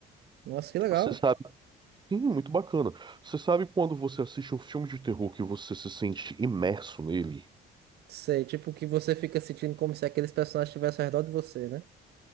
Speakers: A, on the right (about 70°); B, on the right (about 25°).
A: nossa, que legal.
B: Você sabe, sim, muito bacana. Você sabe quando você assiste um filme de terror que você se sente imerso nele?
A: Sei, tipo que você fica sentindo como se aqueles personagens estivessem ao redor de você, né?